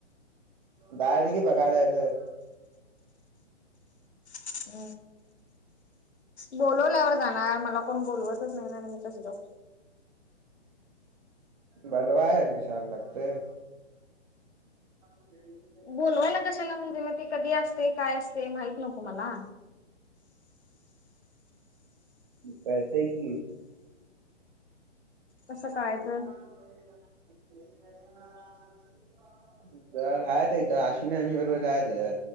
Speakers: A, on the right; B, on the left.
A: जायचं की बघाय जाण्याचं.
B: <inaudible> बोलवल्यावर जाणार मला कोण बोलवतच नाही मी कसे जाऊ!
A: बनवाय आणि कशाला लागतंय. <unintelligible>
B: बोलवायला कशाला म्हणजे मग ते कधी असतय काय असतय माहित नको मला?
A: कळतंय कि
B: कसं कळायच!
A: <unintelligible> अ राहायचं इथं अश्विनी वाहिनी बर जायचं